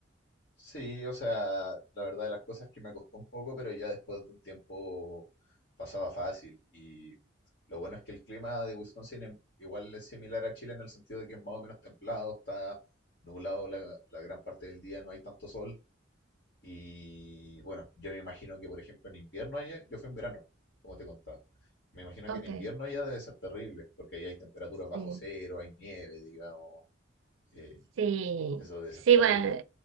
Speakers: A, on the left (about 55°); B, on the right (about 80°).
A: Sí, o sea, la verdad de las cosas es que me costó un poco, pero ya después de un tiempo pasaba fácil. Y lo bueno es que el clima de Wisconsin em- igual es similar a Chile en el sentido de que es más o menos templado, está nublado la, la gran parte del día, no hay tanto sol. Y bueno, yo me imagino que, por ejemplo, en invierno allá, yo fui en verano, como te contaba. Me imagino
B: Ok,
A: que en invierno allá debe ser terrible, porque ahí hay temperaturas bajo
B: sí.
A: cero, hay nieve, digamos. eh,
B: Sí,
A: eso debe
B: sí,
A: ser terrible,
B: bueno,